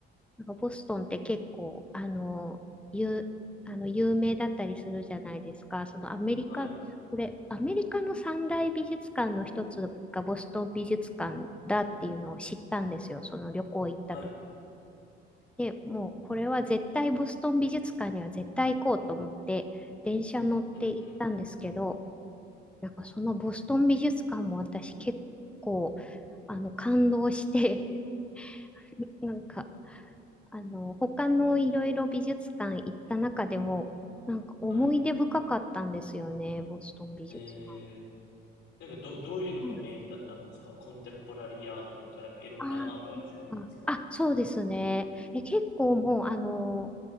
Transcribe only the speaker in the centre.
なんかボストンって結構、あの、有、あの有名だったりするじゃないですか。そのアメリカ、
これ、アメリカの三大美術館の一つがボストン美術館だっていうのを知ったんですよ。その旅行行った時。
で、もうこれは絶対ボストン美術館には絶対行こうと思って、電車乗って行ったんですけど、
なんかそのボストン美術館も私結構、あの、感動して、<laughs> なんか、あの、他のいろいろ美術館行った中でも、なんか思い出深かったんですよね、
ボストン美術館。
うん、
ああ、あそうですね。え、結構もう、あの、